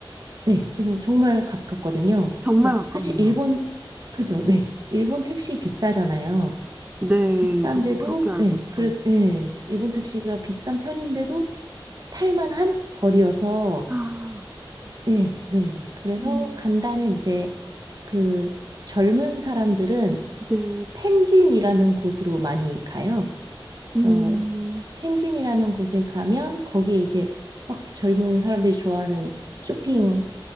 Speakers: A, on the right; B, on the right.
A: 네, 그래서 정말 가깝거든요.
B: 정말
A: 그래서
B: 가깝네요.
A: 사실 일본, 그죠? 네. 일본 택시 비싸잖아요.
B: 네,
A: 비싼데도,
B: 저도 그렇게 알고
A: 예,
B: 있어요.
A: 그래, 예, 일본 택시가 비싼 편인데도 탈만한 거리여서,
B: 아,
A: 예, 네. 그래서
B: 음,
A: 간다면 이제 그 젊은 사람들은
B: 네,
A: 텐진이라는 곳으로 많이 가요.
B: 음,
A: 그래서 텐진이라는 곳에 가면 거기에 이제 막 젊은 사람들이 좋아하는 쇼핑